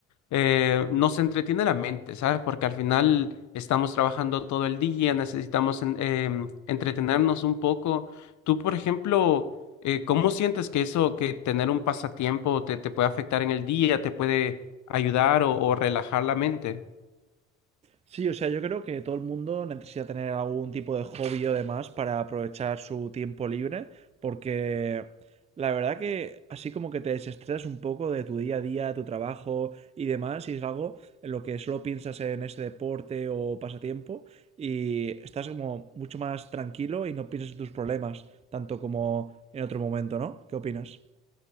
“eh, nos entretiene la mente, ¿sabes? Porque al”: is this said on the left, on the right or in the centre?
Left